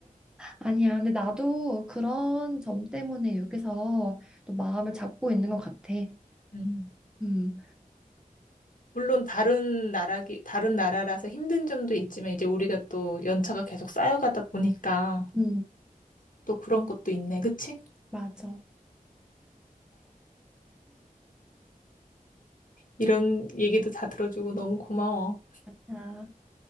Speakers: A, in the centre; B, on the left.
A: 아니야. 근데 나도 그런 점 때문에 여기서 또 마음을 잡고 있는 것 같아.
B: 음.
A: 음,
B: 물론 다른 나라기, 다른 나라라서 힘든 점도 있지만 이제 우리가 또 연차가 계속 쌓여가다 보니까
A: 음,
B: 또 그런 것도 있네. 그치?
A: 맞아.
B: 이런 얘기도 다 들어주고 너무 고마워.
A: 아.